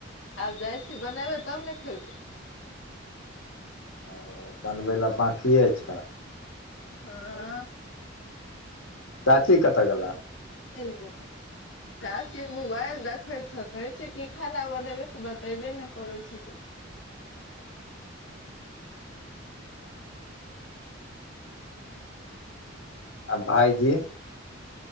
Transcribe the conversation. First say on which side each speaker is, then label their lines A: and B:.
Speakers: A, on the left; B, on the left.
A: आब जाइ छी बनेबे तब ने खेबै।
B: ओ बनबै लेए बांकिये छइ।
A: हँ <inaudible>
B: चाची कतऽ गेलेए।
A: त ब <inaudible> चाची मोबाइल देखै छथि कहै छियै की खाना बनेबै से बतैबे ने करै छथिन।
B: आ भाइजी?